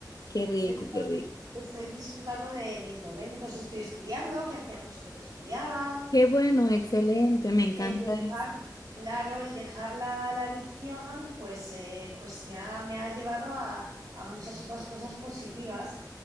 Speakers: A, on the left; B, on the right.
A: Qué rico,
B: Estoy,
A: qué rico.
B: estoy disfrutando de mis momentos, estoy estudiando, que hacía mucho que no estudiaba,
A: Qué bueno, excelente, me encanta
B: el dejar,
A: eso.
B: claro, el dejar la, la adicción, pues, eh, pues me ha, me ha llevado a, a muchas otras cosas positivas,